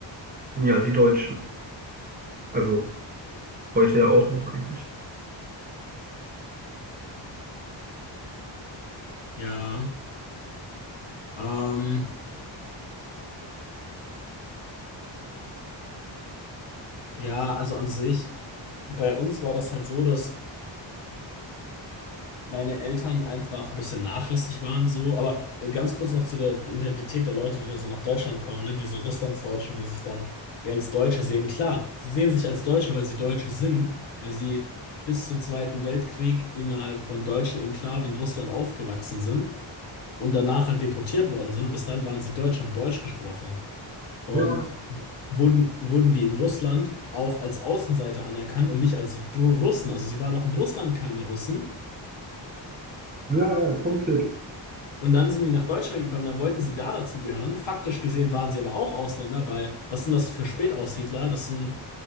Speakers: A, on the right; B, on the left.
A: ja, die Deutschen. Also heute ja auch noch eigentlich.
B: ja, ähm, ja, also an sich. Bei uns war das halt so, dass meine Eltern einfach ein bisschen nachlässig waren so. Aber äh, ganz kurz noch zu der Identität der Leute, die da so nach Deutschland kommen, ne? Diese Russlandsdeutschen, die sich dann eher als Deutsche sehen. Klar, sie sehen sich als Deutsche, weil sie Deutsche sind, weil sie bis zum Zweiten Weltkrieg innerhalb von deutschen Enklaven in Russland aufgewachsen sind und danach halt deportiert worden sind. Und bis dahin waren sie Deutsch und haben Deutsch gesprochen. Und
A: Ja,
B: wurden, wurden die in Russland auch als Außenseiter anerkannt und nicht als Ru- Russen. Also sie waren auch in Russland keine Russen
A: ja, ja, konkret.
B: Und dann sind die nach Deutschland gekommen, dann wollten sie da dazugehören. Faktisch gesehen waren sie aber auch Ausländer, weil was sind das für Spätaussiedler? Das sind,